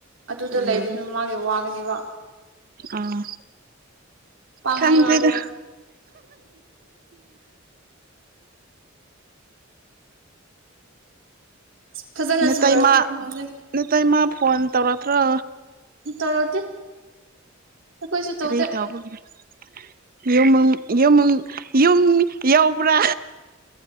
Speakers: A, on the right; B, on the right.
A: ꯑꯗꯨꯗ
B: ꯎꯝ
A: ꯂꯩꯕꯗꯨ ꯃꯥꯒꯤ ꯋꯥꯒꯅꯦꯕ
B: ꯑꯥ
A: ꯄꯪꯉꯦ
B: ꯈꯪꯗ꯭ꯔꯦꯗ
A: ꯃꯥꯗꯣ ꯐꯖꯅ
B: ꯅꯇꯩꯃꯥ
A: ꯆꯨꯔꯦꯀꯣ ꯅꯣꯡꯁꯦ
B: ꯅꯇꯩꯃꯥ ꯐꯣꯟ ꯇꯧꯔꯛꯇ꯭ꯔꯣ
A: ꯇꯧꯔꯛꯇꯦ ꯑꯩꯈꯣꯏꯁꯨ
B: <unintelligible>
A: ꯇꯧꯗꯦ
B: ꯌꯨꯃꯪ ꯌꯨꯃꯪ ꯌꯨꯝ ꯌꯧꯕ꯭ꯔꯥ